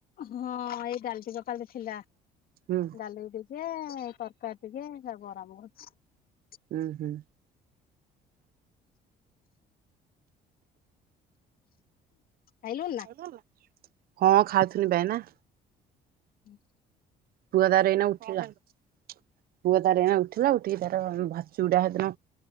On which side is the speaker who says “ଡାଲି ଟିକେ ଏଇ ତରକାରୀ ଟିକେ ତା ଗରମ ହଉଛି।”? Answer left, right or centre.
Left